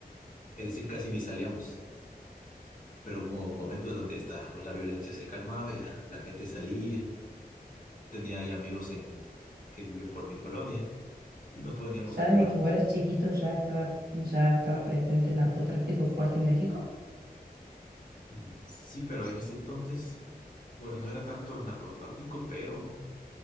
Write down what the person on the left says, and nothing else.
es decir, casi ni salíamos, pero hubo momentos donde esta, pues la violencia se calmaba, y ya la gente salía, tenía ahí amigos en, que viven por mi colonia y nos poníamos
a jugar.
Mm, Sí, pero en ese entonces, bueno, no era tanto el narcotráfico, pero